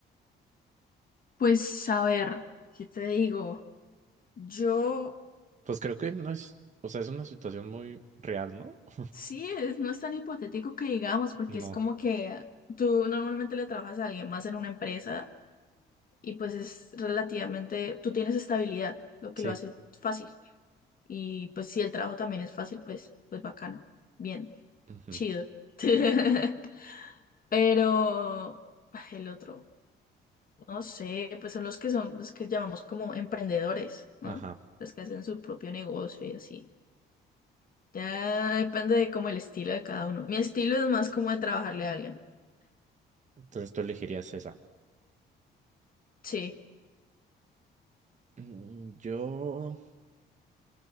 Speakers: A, on the left; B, on the right.
A: Pues a ver, ¿qué te digo? Yo.
B: Pues creo que no es, o sea, es una situación muy real, ¿no? <laughs>
A: Sí, es- no es tan hipotético que digamos, porque
B: No,
A: es como que tú normalmente le trabajas a alguien más en una empresa y pues es relativamente, tú tienes estabilidad, lo que
B: sí.
A: lo hace fácil. Y pues si el trabajo también es fácil, pues, pues bacano, bien,
B: ujú,
A: chido. <laughs> Pero ay, el otro, no sé, pues son los que son los que llamamos como emprendedores, ¿no?
B: Ajá.
A: Los que hacen su propio negocio y así. Ya depende de como el estilo de cada uno. Mi estilo es más como de trabajarle a alguien.
B: Entonces tú elegirías esa.
A: Sí,
B: Mm, Yo,